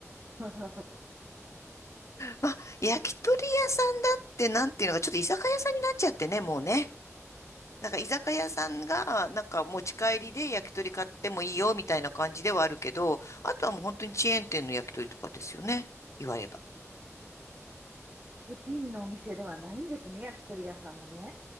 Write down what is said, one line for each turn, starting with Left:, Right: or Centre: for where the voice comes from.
Right: <laughs>
Left: まあ、焼き鳥屋さんだってなんていうのか、ちょっと居酒屋さんになっちゃってね、もうね。なんか居酒屋さんが、なんか持ち帰りで焼き鳥買ってもいいよ、みたいな感じではあるけど、あとはもう本当にチェーン店の焼き鳥とかですよね、言われば。
Right: 個人のお店ではないんですね、焼き鳥屋さんもね。